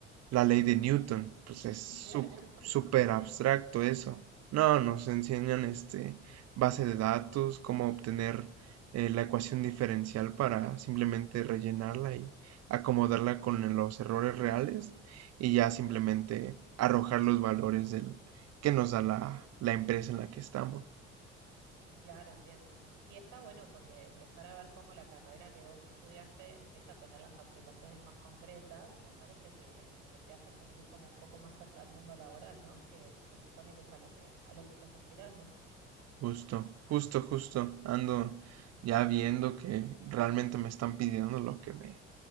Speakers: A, on the right; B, on the right.
A: la ley de Newton. Pues es
B: Claro.
A: sú- súper abstracto eso. No, nos enseñan este base de datos, cómo obtener eh, la ecuación diferencial para simplemente rellenarla y acomodarla con los errores reales y ya simplemente arrojar los valores del, que nos da la, la empresa en la que estamos.
B: Claro, entiendo. Y está bueno porque empezar a ver cómo la carrera que vos estudiaste empieza a tener las aplicaciones más concretas, me parece que, que te hace sentir como un poco más cerca del mundo laboral, ¿no? Que se supone que es a lo que, a lo que estás aspirando.
A: Justo, justo, justo. Ando ya viendo que realmente me están pidiendo lo que me